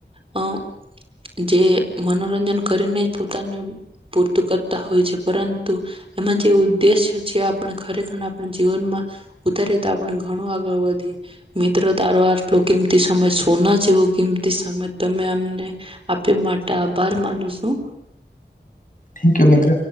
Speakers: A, on the right; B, on the left.
A: હમ. જે મનોરંજન કરીને જ પોતાને પોર્તુગ હોય છે પરંતુ એમાં જ તે ઉદ્દેશ્ય છે આપણ ખરેખર આપણા જીવનમાં ઉતારી તો આપણે ઘણું આગળ વધીએ મિત્ર તારો આટ કેમતી સમમે સોના જેવો કિંમતી સમય તમે અમને આપે માટે આભાર માનું છું.
B: થેન્ક યુ મિત્ર.